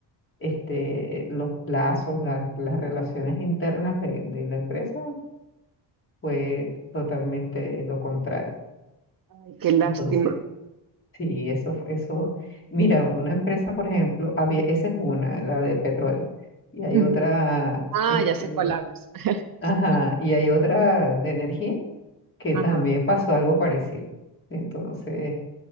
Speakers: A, on the left; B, on the right.
A: este, los lazos, la- las relaciones internas de, de la empresa, fue totalmente lo contrario.
B: Ay, qué lástima.
A: Entonces, sí, eso, fu- eso, mira, una empresa, por ejemplo, había, esa es una, la de petróleo, y hay
B: Ujú.
A: otra,
B: Ah,
A: este,
B: ya sé cuál hablas. <laughs>
A: ajá, y hay otra de energía que
B: Ajá.
A: también pasó algo parecido. Entonces,